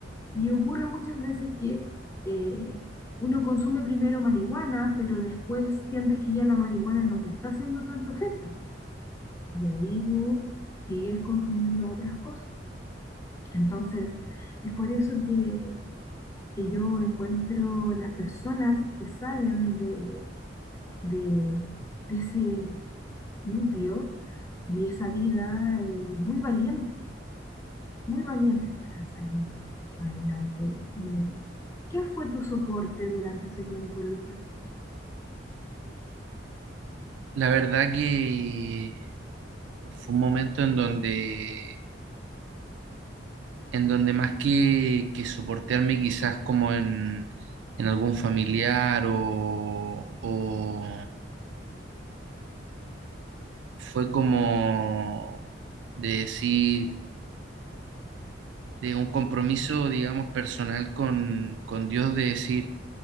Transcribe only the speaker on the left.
Y ocurre muchas veces que eh, uno consume primero marihuana, pero después sientes que ya la marihuana no te está haciendo tanto efecto. Y ahí tú sigues consumiendo otras cosas. Entonces, es por eso que, que yo encuentro las personas que salen de, de, de ese núcleo y esa vida eh, muy valientes, muy valientes para salir adelante. Y, ¿Qué fue tu soporte durante ese tiempo, Lucas?